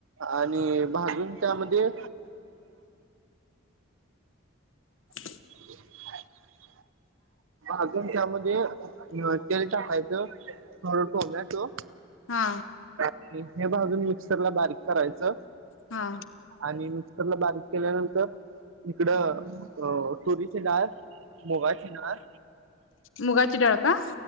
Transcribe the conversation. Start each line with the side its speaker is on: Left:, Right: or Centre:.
Right: आणि भाजून त्यामध्ये
Left: ह <unintelligible>
Right: <inaudible> अजून त्यामध्ये तेल टाकायचं थोडा टोमॅटो.
Left: हा
Right: हे भाजून मिक्सरला बारीक करायचं.
Left: हा.
Right: आणि मिक्सरला बारीक केल्यानंतर इकडं, हो तुरीची डाळ मुगाची डाळ
Left: मुगाची डाळ का